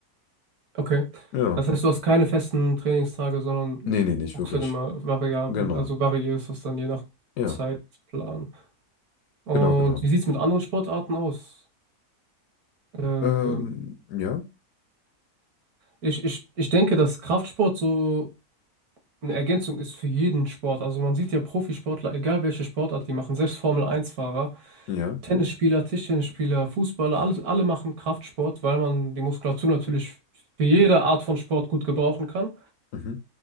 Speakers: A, on the right; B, on the left.
A: okay.
B: Ja.
A: Das heißt, du hast keine festen Trainingstage, sondern
B: Nee, nee, nicht
A: guckst
B: wirklich.
A: halt immer variabel,
B: Genau.
A: also variierst das dann je nach
B: Ja,
A: Zeitplan. Und
B: genau, genau.
A: wie sieht es mit anderen Sportarten aus? Äh,
B: Ähm, ja,
A: ich, ich, ich denke, dass Kraftsport so. eine Ergänzung ist für jeden Sport. Also man sieht ja Profisportler, egal welche Sportart die machen, selbst Formel-1-Fahrer,
B: ja.
A: Tennisspieler, Tischtennisspieler, Fußballer, alle, alle machen Kraftsport, weil man die Muskulatur natürlich für jede Art von Sport gut gebrauchen kann.
B: Mhm,